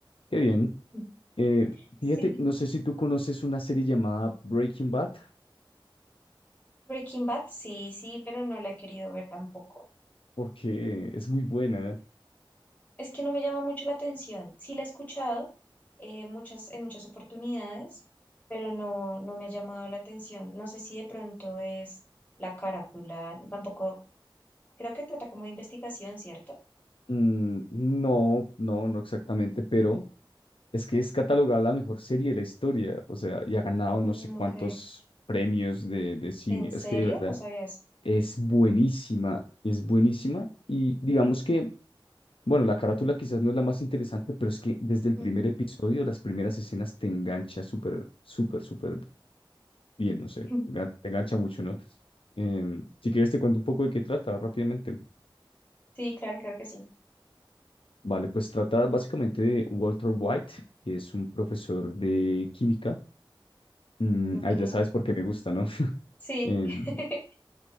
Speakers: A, on the left; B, on the left.
A: qué bien.
B: <laughs>
A: Eh, fíjate,
B: Sí,
A: no sé si tú conoces una serie llamada Breaking Bad,
B: Breaking Bad, sí, sí, pero no la he querido ver tampoco.
A: porque es muy buena.
B: Es que no me llama mucho la atención. Sí la he escuchado eh, muchas, en muchas oportunidades, pero no, no me ha llamado la atención. No sé si de pronto es la carátula, tampoco, creo que trata como de investigación, ¿cierto?
A: Mm, no, no, no exactamente, pero es que es catalogada la mejor serie de la historia, o sea, y ha ganado
B: Mm,
A: no sé cuántos
B: ok.
A: premios de, de cine,
B: ¿En
A: es
B: serio?
A: que de verdad
B: No sabía eso.
A: es buenísima, es buenísima, y digamos que Bueno, la carátula quizás no es la más interesante, pero es que desde el
B: Ujú.
A: primer episodio, las primeras escenas te engancha súper, súper, súper bien, no sé,
B: <laughs>
A: engan- te engancha mucho, ¿no? Em, si quieres te cuento un poco de qué trata rápidamente.
B: Sí, claro, claro que sí.
A: Vale, pues trata básicamente de Walter White, que es un profesor de química. Mm,
B: Ok.
A: ah, ya sabes por qué me gusta, ¿no? <laughs>
B: Sí.
A: Em,
B: <laughs>